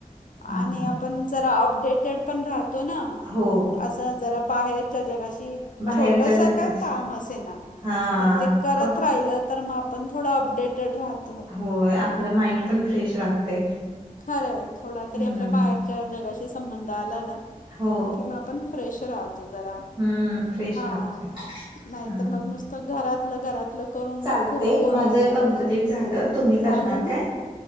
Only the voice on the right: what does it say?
हम्म
हम्म
हो.
बाहेरच्या
जगास
हा
कोण
होय आपल माइंड पण फ्रेश राहतय
हम्म
हो.
हम्म फ्रेश
राहतोय
हम्म.
चालते
माझं
कंप्लीट झालं तुम्ही
करणार
काय?